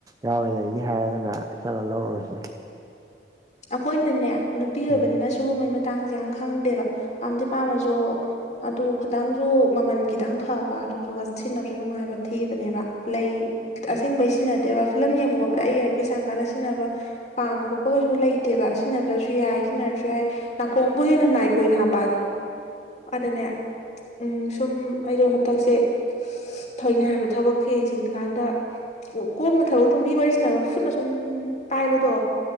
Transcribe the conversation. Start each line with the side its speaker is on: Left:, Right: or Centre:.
Right: ꯌꯥꯎꯋꯦ ꯂꯩꯅꯤ ꯍꯥꯏꯔꯒꯅ ꯆꯠꯂ ꯂꯧꯔꯨꯔꯁꯦ
Left: ꯑꯩꯈꯣꯏꯅꯅꯦ ꯅꯨꯄꯤ ꯑꯣꯏꯕꯅꯤꯅ
Right: ꯎꯝ
Left: ꯁꯤꯨꯒꯨꯝꯕꯩ ꯃꯇꯥꯡꯁꯦ ꯌꯥꯝ ꯈꯪꯗꯦꯕ ꯄꯥꯝꯗꯤ ꯄꯥꯝꯃꯁꯨ ꯑꯗꯨ ꯈꯤꯇꯪꯁꯨ ꯃꯃꯜ ꯈꯤꯇꯪ ꯐꯕ ꯑꯗꯨꯗꯨꯒ ꯁꯤꯟꯅꯕꯁꯨ ꯅꯨꯡꯉꯥꯏꯕ ꯊꯤꯕꯅꯦꯕ ꯂꯩ ꯑꯁꯦꯡꯕꯩ ꯁꯤꯅ ꯦꯕ ꯐꯤꯂꯝ ꯌꯦꯡꯕ ꯈꯣꯠꯄꯗ ꯑꯩꯒꯤꯔ ꯐ ꯁꯥꯡ ꯀꯥꯟꯅ ꯁꯤꯟꯅꯕꯥꯝꯕ ꯈꯣꯠꯄꯒꯁꯨ ꯂꯩ ꯅꯠꯇꯦꯕ ꯁꯤꯖꯤꯟꯅꯗ꯭ꯔꯁꯨ ꯌꯥꯏ ꯁꯤꯖꯤꯟꯅꯔꯁꯨ ꯌꯥꯏ ꯅꯥꯀꯣꯡꯕꯨ ꯍꯦꯟꯅ ꯅꯥꯏ ꯀꯨꯏꯅ ꯍꯥꯄꯛꯑꯗꯤ ꯑꯗꯨꯅꯦ ꯎꯝ ꯁꯨꯝ ꯑꯩꯗꯣ ꯍꯟꯗꯛꯁꯦ ꯊꯣꯏꯅ ꯍꯥꯏꯕ ꯊꯕꯛꯁꯦ ꯌꯦꯡꯁꯤꯟ ꯀꯥꯟꯗ ꯀꯣꯝꯅ ꯊꯕꯛꯇꯣ ꯃꯤ ꯋꯥꯔꯤꯁꯤꯅꯕ ꯐꯨꯠꯅ ꯁꯨꯝ ꯄꯥꯏꯕꯗꯣ